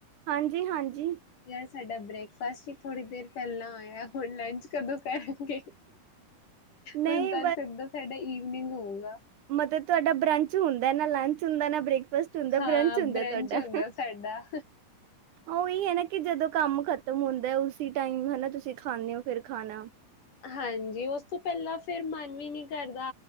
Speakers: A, on the right; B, on the left.
A: ਹਾਂਜੀ ਹਾਂਜੀ
B: ਯਾਰ ਸਾਡਾ ਬ੍ਰੇਕਫਾਸਟ ਹੀ ਥੋੜੀ ਦੇਰ ਪੈਂਲਾਂ ਆਏਆ ਹੁਣ ਲੈਚ ਕਦੋਂ ਕਰਨਗੇ,
A: ਨਹੀਂ
B: ਹੁਨ ਤਾਂ ਸੀਦਾ ਸਾਡਾ ਈਵਨੀਂਗ ਹੋਊਗਾ।
A: ਮਤਰ ਤੁਆਡਾ ਬਰੰਚ ਹੁੰਦਾ ਨਾ ਲੰਚ ਹੁੰਦਾ ਨਾ ਬ੍ਰੇਕਫਾਸਟ ਹੁੰਦਾ
B: ਹਾਂ
A: ਬਰੰਚ ਹੁੰਦਾ ਤੁਆਡਾ,
B: ਹੁੰਦਾ ਸਾਡਾ।
A: ਓਈ ਆ ਨਾ ਕੀ ਜਦੋਂ ਕੰਮ ਖ਼ਤਮ ਹੁੰਦਾ ਉਸੀ ਟਾਈਮ ਹਨਾ ਤੁਸੀਂ ਖਾਂਨੇ ਓ ਫੇਰ ਖਾਣਾ।
B: ਹਾਂਜੀ ਓਸ ਤੋਂ ਪੈਂਲਾਂ ਫੇਰ ਮਨ ਵੀ ਨੀ ਕਰਦਾ,